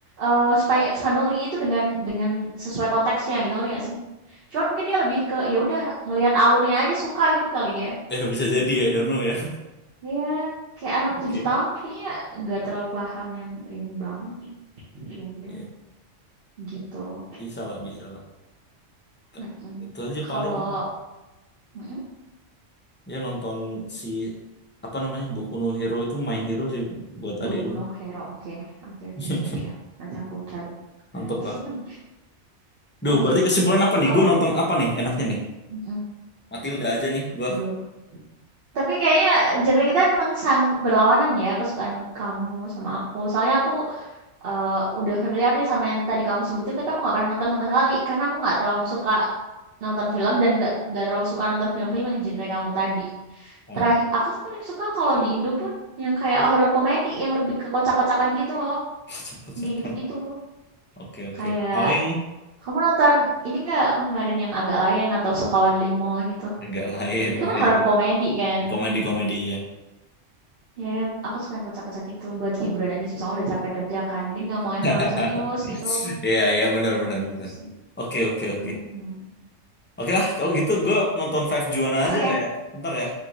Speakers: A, on the right (about 50°); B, on the left (about 15°).
A: eh, Spy X Family itu dengan dengan sesuai konteksnya gitu ngerti nggak sih? Cuman mungkin dia lebih ke ya udah ngelihat alurnya aja suka gitu kali ya.
B: <laughs> Ya, bisa jadi ya, I don't know ya.
A: Iya, kayak anak
B: Oke.
A: tujuh tahun kayaknya nggak terlalu paham yang ini banget. Ya udah
B: Ya,
A: gitu.
B: bisa lah, bisa lah. Ka-
A: Mm-mm.
B: Itu aja
A: Kalau
B: paling
A: Mm-mm.
B: ya nonton si apa namanya Boku no Hero itu My Hero sih buat adik
A: Boku
B: lu.
A: no Hero, oke. Oke oke,
B: <laughs>
A: siap siap. Nanti aku cari.
B: Mantap
A: <laughs>
B: lah. Duh,
A: Oke,
B: berarti kesimpulan apa nih?
A: kalau
B: Gue nonton apa nih enaknya nih?
A: mhm.
B: Matilda aja nih gua.
A: Waduh, tapi kayaknya genre kita emang sangat berlawanan ya, kesukaan kamu sama aku. Soalnya aku, eee, udah familiar nih sama yang tadi kamu sebutin, tapi aku nggak pernah nonton sama sekali. Karena aku nggak terlalu suka nonton film dan nggak nggak terlalu suka nonton film-film yang genre kamu tadi.
B: Oh,
A: Terakhir aku tuh paling suka kalau di Indo pun yang kayak horor komedi, yang lebih ke kocak-kocakan gitu loh,
B: <laughs> kocak-kocakan.
A: kayak gitu-gitu.
B: Oke, oke.
A: Kayak
B: Paling
A: Kamu nonton ini nggak kemarin yang agak lain atau Sekawan Limo gitu?
B: agak lain
A: Itu kan
B: ya
A: horor
B: itu.
A: komedi kan?
B: Di komedi-komedi ya.
A: Ya yang aku suka yang kocak-kocak gitu buat hiburan aja sih soalnya udah capek kerja kan. Jadi nggak mau yang terlalu
B: <laughs>
A: serius gitu.
B: Iya, iya benar benar
A: Paling gitu
B: benar.
A: sih.
B: Oke, oke, oke.
A: Mm-mm.
B: Oke lah, kalau gitu gue nonton Five Juana aja
A: Oke,
B: lah ya. Ntar ya.